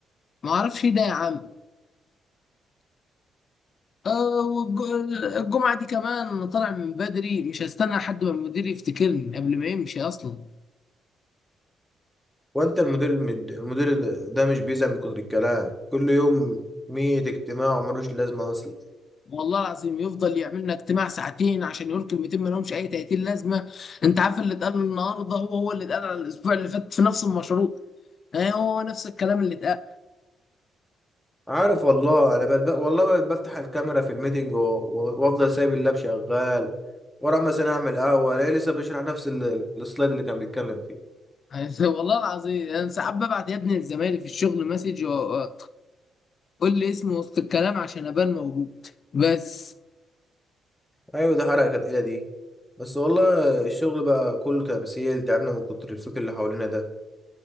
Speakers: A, on the left; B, in the centre.
A: ما اعرفش ايه ده يا عم آه والج- الجمعة دي كمان أنا طالع من بدري مش هستنى لحد ما المدير يفتكرني قبل ما يمشي اصلا
B: وانت المدير المد- المدير ده مش بيزهق من كتر الكلام كل يوم مية اجتماع وملوش لازمه اصلا
A: والله العظيم يفضل يعمل لنا اجتماع ساعتين عشان يقول كلمتين ما لهمش اي 30 لازمه انت عارف اللي اتقال النهارده هو هو اللي اتقال على الاسبوع اللي فات في نفس المشروع اه هو نفس الكلام اللي اتقال
B: عارف والله انا بقى والله بقى بفتح الكاميرا في الميتنج و- و- وافضل سايب اللاب شغال ورا مثلا اعمل قهوه الاقيه لسه بيشرح نفس ال- السلايد اللي كان بيتكلم فيه
A: <laughs> والله العظيم انا ساعات ببعت يا ابني لزمايلي في الشغل مسج و- قول لي اسمي وسط الكلام عشان ابان موجود بس
B: ايوه ده حركه تقيله دي بس والله الشغل بقى كله تمثيل تعبنا من كتر الفكر اللي حوالينا ده